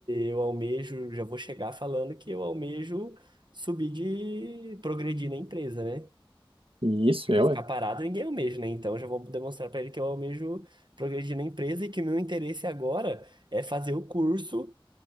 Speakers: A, on the right; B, on the right.
A: eu almejo, já vou chegar falando que eu almejo subir de progredir na empresa, né?
B: e isso
A: Porque
B: é,
A: ficar
B: ué.
A: parado ninguém almeja, né? Então eu já vou demonstrar para ele que eu almejo progredir na empresa e que o meu interesse agora é fazer o curso